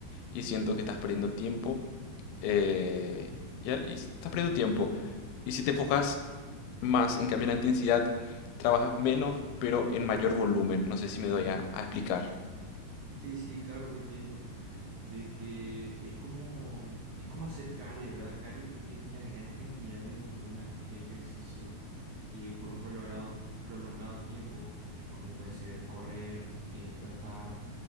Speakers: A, on the left; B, on the right.
A: y siento que estás perdiendo tiempo, eh, ya, y estás perdiendo tiempo. Y si te enfocas más en cambiar la intensidad, trabajas menos, pero en mayor volumen. No sé si me doy a a explicar.
B: Sí, sí, claro que entiendo. de que es como, es como hacer cardio, ¿verdad? Cardio creo que es una gran cantidad de volumen de ejercicio eh, por un prolongado, prolongado tiempo, como puede ser correr, eh, trotar,